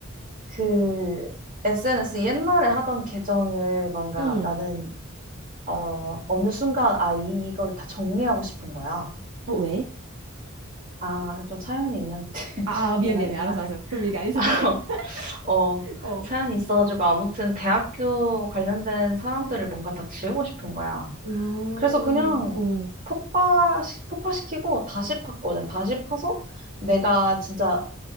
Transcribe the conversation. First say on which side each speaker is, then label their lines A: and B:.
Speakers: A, on the right; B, on the right.
A: 그 SNS 옛날에 하던 계정을 뭔가
B: 응.
A: 나는, 어, 어느 순간, 아, 이- 이걸 다 정리하고 싶은 거야.
B: 어, 왜?
A: 아, 좀 사연이 있는데. <laughs>
B: 아, 아, 미안,
A: 내가
B: 미안,
A: 옛날에,
B: 미안. 알았어, 알았어. 그럼 얘기 안 해도
A: <laughs>
B: 돼.
A: 어,
B: <laughs> 어.
A: 사연이 있어가지고, 아무튼 대학교 관련된 사람들을 뭔가 다 지우고 싶은 거야.
B: 아,
A: 그래서 그냥
B: 어.
A: 폭발, 폭발시키고 다시 팠거든. 다시 파서 내가 진짜